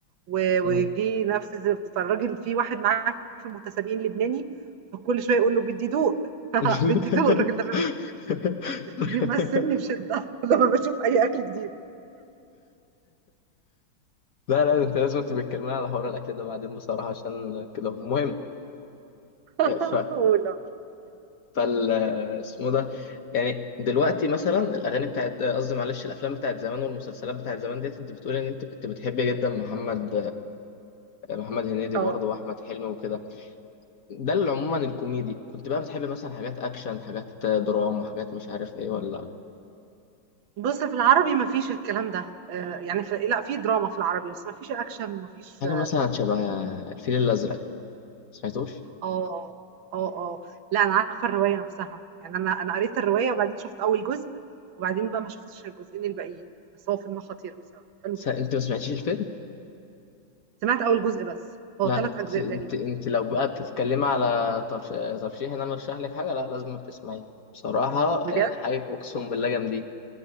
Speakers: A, on the right; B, on the left.
A: و وجِه
B: مم.
A: نفس الز فالراجل في واحد معاه في المتسابقين لبناني، فكل شوية يقول له: "بدّي دوق، <laughs>
B: <laughs>
A: بدّي دوق." الراجل ده بيمثّلني بشِدّة <laughs> لمّا باشوف أي أكل جديد
B: لا لا انت لازم تبقى تكلمني على حوار الاكل ده بعدين بصراحه عشان كده مهم
A: <laughs>
B: ف <coughs>
A: والله
B: فال اسمه ده يعني دلوقتي مثلا الاغاني بتاعت قصدي معلش الافلام بتاعت زمان والمسلسلات بتاعت زمان ديت انت بتقول ان انت كنت بتحب جدا محمد محمد هنيدي
A: آه.
B: برضه واحمد حلمي وكده ده اللي عموما الكوميدي كنت بقى بتحب مثلا حاجات اكشن حاجات دراما حاجات مش عارف ايه ولا
A: بُص، في العربي ما فيش الكلام ده، آآ يعني ف لأ، في دراما في العربي، بس ما فيش action وما فيش
B: حاجه مثلا شبه الفيل الازرق سمعتوش
A: آه، آه، آه، لأ أنا عارفة الرواية نفْسها، يعني أنا أنا قريت الرواية وبعدين شُفت أول جزء، وبعدين بقى ما شُفتش الجزئين الباقيين، بس هو فيلم خطير بصراحة، حلو
B: س-
A: جدًا،
B: انت ما سمعتيش الفيلم
A: سمعت أول جزء بس، هو
B: لا
A: 3
B: انت
A: أجزاء
B: انت
A: تقريبًا.
B: انت لو بقى بتتكلمي على طرش- ترشيح ان انا ارشح لك حاجه لا لازم تسمعيه بصراحه
A: بجد؟
B: يعني حاجه اقسم بالله جامدين